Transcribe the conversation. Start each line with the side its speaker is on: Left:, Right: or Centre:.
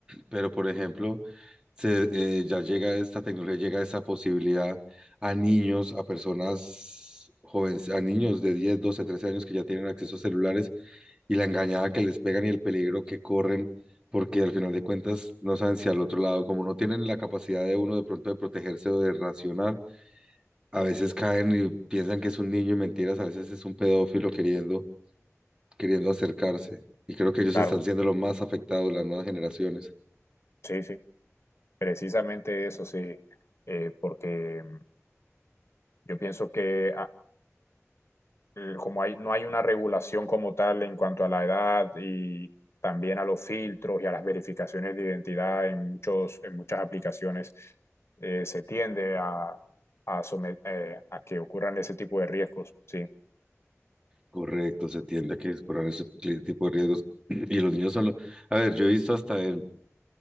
Right: Pero, por ejemplo, se, eh, ya llega esta tecnología, llega esa posibilidad a niños, a personas jóvenes, a niños de 10 12 13 años que ya tienen acceso a celulares y la engañada que les pegan y el peligro que corren, porque al final de cuentas no saben si al otro lado, como no tienen la capacidad de uno de pronto de protegerse o de racionar, a veces caen y piensan que es un niño y mentiras, a veces es un pedófilo queriendo, queriendo acercarse. Y creo que ellos
Left: Claro,
Right: están siendo los más afectados, las nuevas generaciones.
Left: sí, sí, precisamente eso, sí, Eh, porque yo pienso que ah, el- como hay, no hay una regulación como tal en cuanto a la edad y también a los filtros y a las verificaciones de identidad en muchos, en muchas aplicaciones, eh, se tiende a, a, somet- eh, a que ocurran ese tipo de riesgos. Sí,
Right: Correcto, se tiende a que corran ese cli- tipo de riesgos. <clears throat> Y los niños son... lo- A ver, yo he visto hasta en,